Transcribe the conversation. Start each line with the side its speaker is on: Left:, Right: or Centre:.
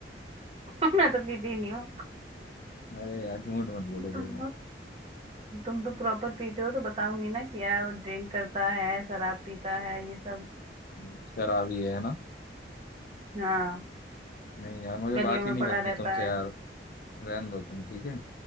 Right: <laughs> मैं तो पीती ही नहीं हूँ
Left: अरे यार झूठ मत बोलो
Right: तुम
Left: देखो
Right: तुम तो प्रॉपर पीते हो तो बताऊंगी ना कि यार वो ड्रिंक करता है शराब पीता है ये सब
Left: शराबी है ना
Right: हाँ
Left: नहीं यार मुझे
Right: गलियों
Left: बात
Right: में
Left: ही नहीं
Right: पड़ा
Left: करनी
Right: रहता
Left: तुमसे
Right: है
Left: यार रहने दो तुम ठीक है